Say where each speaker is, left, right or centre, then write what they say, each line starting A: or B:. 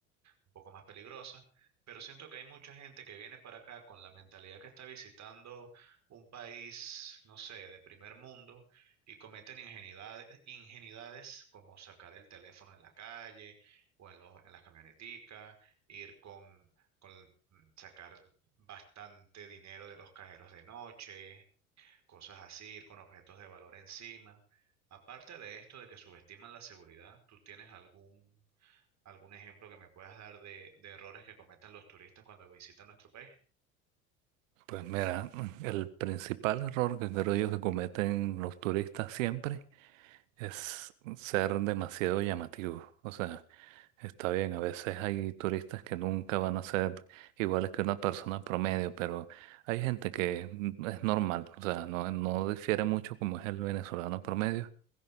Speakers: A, on the right (about 40°); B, on the right (about 65°).
A: un poco más peligrosas, pero siento que hay mucha gente que viene para acá con la mentalidad que está visitando un país, no sé, de primer mundo y cometen ingenuidades, ingenuidades como sacar el teléfono en la calle o en los, en las camioneticas, ir con, con mm, sacar bastante dinero de los cajeros de noche, cosas así, ir con objetos de valor encima. Aparte de esto de que subestiman la seguridad, ¿tú tienes algún algún ejemplo que me puedas dar de, de errores que cometan los turistas cuando visitan nuestro país?
B: Pues mira, mm, el principal error que creo yo que cometen los turistas siempre es ser demasiado llamativos. O sea, está bien, a veces hay turistas que nunca van a ser iguales que una persona promedio, pero hay gente que mm, es normal, o sea, no, no difiere mucho como es el venezolano promedio,